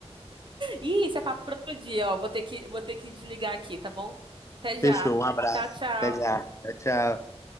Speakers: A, on the right; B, on the left.
A: Ih, isso é papo pra outro dia, ó. Vou ter que, vou ter que desligar aqui, tá bom? Até já.
B: Fechou, um abraço.
A: Tchau, tchau.
B: Até já. Tchau, tchau.